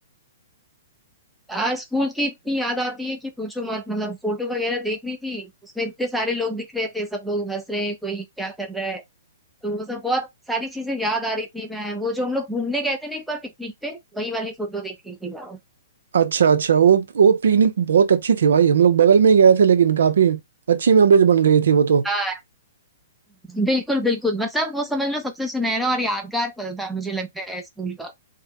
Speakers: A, in the centre; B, on the right.
A: यार स्कूल की इतनी याद आती है कि पूछो मत मतलब फोटो वगैरह देख रही थी उसमें इतने सारे लोग दिख रहे थे सब लोग हंस रहे हैं कोई क्या कर रहा है तो वो सब बहुत सारी चीजें याद आ रही थी मैं वो जो हम लोग घूमने गए थे ना एक बार पिकनिक पे वही वाली फोटो देख रही थी मैं
B: अच्छा अच्छा वो वो पिकनिक बहुत अच्छी थी भाई हम लोग बगल में ही गए थे लेकिन काफी अच्छी मेमोरीज बन गई थी वो तो
A: हाँ बिल्कुल बिल्कुल मतलब वो समझ लो सबसे सुनहरा और यादगार पल था मुझे लगता है स्कूल का